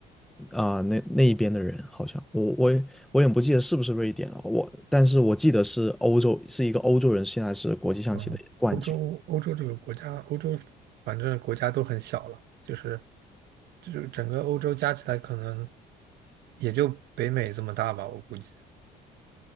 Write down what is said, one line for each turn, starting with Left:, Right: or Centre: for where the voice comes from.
Centre: 啊、那那一边的人好像我我也我也不记得是不是瑞典了，我但是我记得是欧洲，是一个欧洲人，现在是国际象棋的冠军。
Right: 嗯，欧洲欧洲这个国家，欧洲反正国家都很小了，就是就是整个欧洲加起来可能也就北美这么大吧，我估计。